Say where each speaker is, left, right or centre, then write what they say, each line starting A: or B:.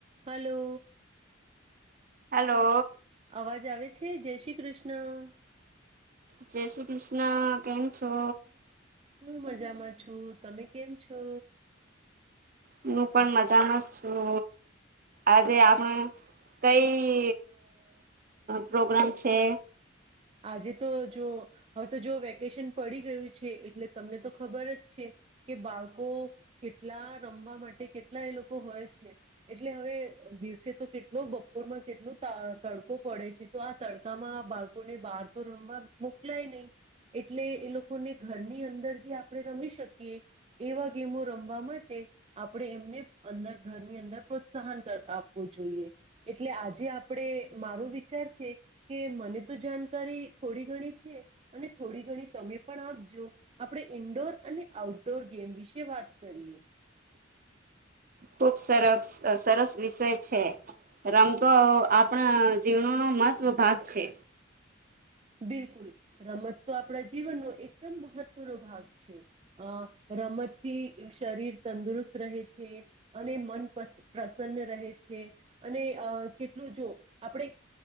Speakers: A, on the right (about 30°); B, on the right (about 45°).
A: Hello
B: hello
A: અવાજ આવે છે જય શ્રી કૃષ્ણ
B: જય શ્રી કૃષ્ણ કેમ છો
A: હું મજામાં છું તમે કેમ છો?
B: હું પણ મજામાં જ છું આજે આપણા કઈ પ્રોગ્રામ છે
A: આજે તો જો હવે તો જો વેકેશન પડી ગયું છે એટલે તમને તો ખબર જ છે, કે બાળકો કેટલા રમવા માટે કેટલા એ લોકો હોય છે, એટલે હવે દિવસે તો કેટલો બપોરમાં કેટલો તડકો પડે છે, તો આ તડકામાં બાળકો <unintelligible> બાર તો રમવા મોકલાય નહી એટલે એ લોકોને ઘરની અંદર જે આપણે રમી શકીએ એવા ગેમો રમવા માટે આપણે એમને અંદર ઘરની અંદર પ્રોત્સાહન આપવું જોઈએ એટલે આજે આપણે મારો વિચાર છે, કે મને તો જાણકારી થોડી ઘણી છે, અને થોડી ઘણી તમે પણ આપજો આપણે ઈન્ડોર અને આઉટડોર ગેમ વિશે વાત કરીએ.
B: ખુબ સરસ સરસ વિષય છે, રમતો આપણા <unintelligible> મહત્વ ભાગ છે.
A: બિલકુલ રમત તો આપણા જીવનનો એકદમ મહત્વનો ભાગ છે, અ રમતથી શરીર તંદુરસ્ત રહે છે, અને મન પ્રસન્ન રહે છે, અને અ કેટલું જો આપણે